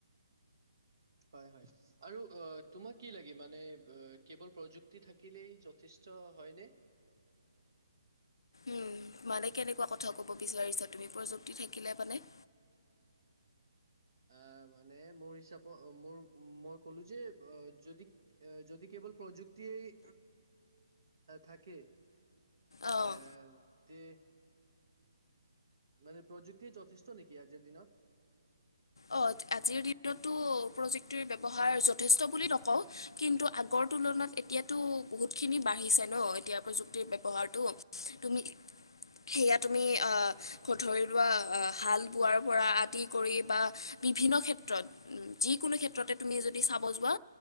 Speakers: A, on the right; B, on the left.
A: হয়, হয় আৰু অ', তোমাক কি লাগে মানে কেবল প্ৰযুক্তি থাকিলেই যথেষ্ট হয়নে?
B: উম, মানে কেনেকুৱা কথা ক'ব বিচাৰিছা তুমি, প্ৰযুক্তি থাকিলে মানে?
A: আহ, মানে মোৰ হিচাপত মোৰ মই ক'লো যে অ', যদি যদি কেৱল প্ৰযুক্তিয়েই থাকে।
B: অ',
A: এ তে মানে প্ৰযুক্তিয়েই যথেষ্ট নেকি আজিৰ দিনত?
B: অ', আজিৰ দিনতটো প্ৰযুক্তটিৰ ব্যৱহাৰ যথেষ্ট বুলি নকওঁ। কিন্তু আগৰ তুলনাত এতিয়াতো বহুতখিনি বাঢ়িছে ন' এতিয়া প্ৰযুক্তিৰ ব্যৱহাৰটো। তুমি সেয়া তুমি আহ, ধৰি লোৱা হাল বোৱাৰ পৰা আদি কৰি বা বিভিন্ন ক্ষেত্ৰত। উম, যিকোনো ক্ষেত্ৰতে তুমি যদি চাব যোৱা,